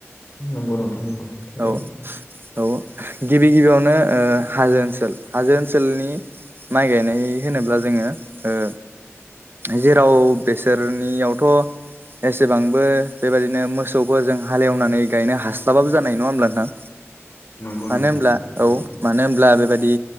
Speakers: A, on the left; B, on the right.
A: नंगौ नोंथां नंगौ थारैनो।
B: औ औ गिबि गिबियावनो ओ हाजो ओनसोल हाजो ओनसोलनि माइ गायनाय होनोब्ला जोङो ओ जेराव बेसोरनियावथ' एसेबांबो बेबायदिनो मोसौफोरजों हालेवनानै गायनो हास्लाबाबो जानाय नङा होमब्ला नोंथां?
A: नंगौ
B: मानो
A: नोंथां
B: होनब्ला
A: नंगौ थारैनो
B: औ मानो होनब्ला बेबायदि